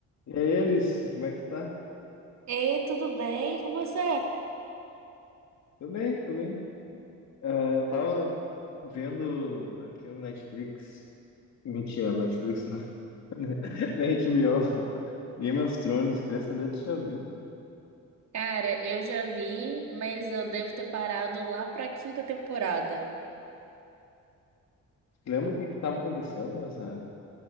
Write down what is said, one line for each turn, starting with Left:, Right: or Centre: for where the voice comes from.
Left: E aí, Alice, como é que tu tá?
Right: Ei, tudo bem? E com você?
Left: Tô bem, tô bem. Ah, eu tava vendo aqui no Netflix. Mentira, no Netflix não. <laughs> Na HBO. Game of Thrones, queria saber se tu já viu.
Right: Cara, eu já vi, mas eu devo ter parado lá pra quinta temporada.
Left: Lembra o que que tava acontecendo nessa,